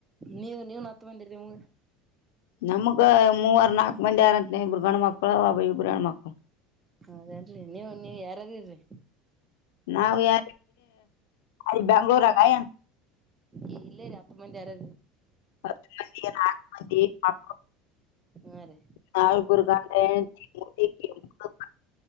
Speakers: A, on the right; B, on the left.
A: ನೀವ ನೀವ ಹತ್ತ ಬಂದಿರಿರಿಮ್ಗ
B: ನಮಗ ಮೂವರ್ ನಾಕ ಮಂದಿ ಯಾರಂತ ಇರು ಗಂಡ್ ಮಕ್ಕಳ ಒಬ್ರ್ ಇಬ್ರ ಮಕ್ಕಳ
A: ಹೌದೇನ್ರಿ ನೀವು ನೀವ್ ಯಾರಾರರಿ
B: ನಾವು ಯಾರ ಅಲ್ಲಿ ಬೆಂಗಳೂರಗೆ
A: ಏ ಇಲ್ಲೇ ರೀ ಹತ್ತು ಮಂದಿ ಯರ
B: ಮಂದ ನಾಲ್ಕು ಮಂದಿಕ
A: ಹಾ ರೀ
B: ನಲ್ ಗುರ್ಗ ಮೂಡಿ ಮು